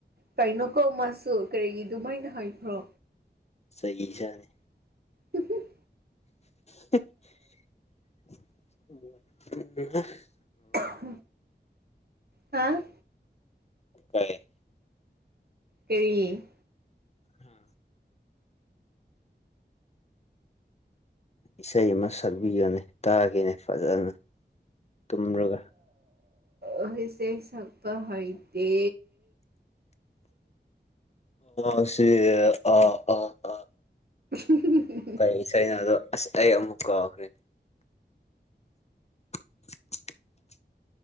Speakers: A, on the right; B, on the left.
A: ꯀꯩꯅꯣ ꯀꯧ ꯃꯥꯁꯨ ꯀꯔꯤꯒꯤ ꯑꯗꯨꯃꯥꯏꯅ ꯍꯥꯏꯕ꯭ꯔꯣ꯫
B: ꯆꯩ ꯆꯥꯅꯤ
A: ꯎꯍꯨꯝ
B: ꯍ <unintelligible>
A: <unintelligible> ꯍꯥ
B: ꯀꯩ꯫
A: ꯀꯔꯤ꯫
B: ꯍꯥ꯫ ꯏꯁꯩ ꯑꯃ ꯁꯛꯕꯤꯒꯦꯅꯦ ꯇꯥꯒꯦꯅꯦ ꯐꯖꯅ ꯇꯨꯝꯔꯒ꯫
A: ꯑ ꯏꯁꯩ ꯁꯥꯛꯄ ꯍꯩꯇꯦ꯫
B: ꯑ ꯁꯤ ꯑ ꯑ ꯑ꯫
A: ꯎꯝ ꯍꯨꯝ꯫
B: ꯀꯩ ꯏꯁꯩꯅꯣ ꯑꯗꯣ ꯑꯁ ꯑꯩ ꯑꯃꯨꯛ ꯀꯥꯎꯈ꯭ꯔꯦꯅꯦ <inaudible>